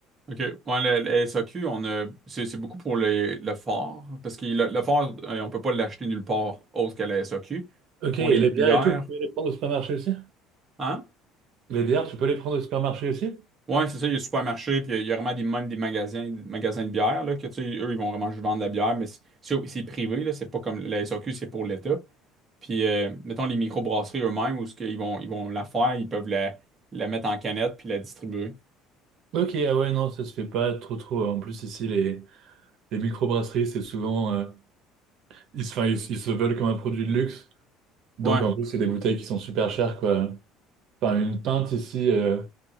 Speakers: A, on the right (about 20°); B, on the right (about 55°).
A: OK. Ouais, le, le SAQ, on a, c'est c'est beaucoup pour le, le fort, parce que le, le fort, euh, on peut pas l'acheter nulle part autre qu'à la SAQ.
B: Ok,
A: Mais pour
B: et
A: les
B: les
A: bières,
B: bières et tout, vous pouvez les prendre au supermarché aussi?
A: hein?
B: Les bières, tu peux les prendre au supermarché aussi?
A: Ouais, c'est ça, il y a supermarché, puis il y a, il y a vraiment des, même des magasins, des magasins de bière, là, que tu sais, eux, ils vont vraiment juste vendre de la bière, mais c'est c'est- c'est privé, là, c'est pas comme la SAQ, c'est pour l'État. Puis, euh, mettons, les microbrasseries eux-mêmes, où ce qu'ils vont, ils vont la faire, ils peuvent la, la mettre en canette puis la distribuer.
B: Ok, ah ouais, non, ça se fait pas trop trop. En plus, ici, les, les microbrasseries, c'est souvent... euh, ils, se- enfin, ils, ils se veulent comme un produit de luxe, donc
A: Ouais.
B: en plus, c'est des bouteilles qui sont super chères, quoi. Enfin, une pinte ici... euh,